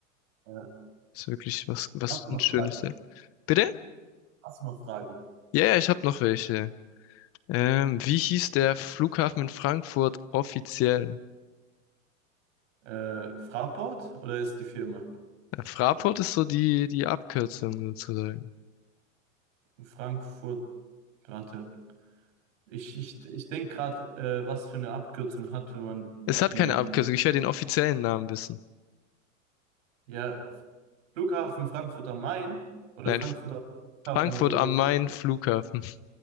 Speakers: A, on the right; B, on the left.
A: Äh,
B: Ist wirklich was, was
A: hast du
B: ein
A: noch
B: schönes.
A: Fragen?
B: Ja. Bitte?
A: Hast du noch Fragen?
B: Ja, ja, ich hab noch welche. Ähm, wie hieß der Flughafen in Frankfurt offiziell?
A: Äh, Fraport oder ist die Firma?
B: Ja, Fraport ist so die, die Abkürzung sozusagen.
A: Frankfurt, warte. Ich, ich, ich denke gerade, äh, was für eine Abkürzung hat, wenn man
B: Es hat
A: die
B: keine Abkürzung, ich werde den offiziellen Namen wissen.
A: Ja, Flughafen Frankfurt am Main oder
B: Nein,
A: Frankfurt
B: F-
A: am Flughafen
B: Frankfurt
A: oder so.
B: am Main Flughafen.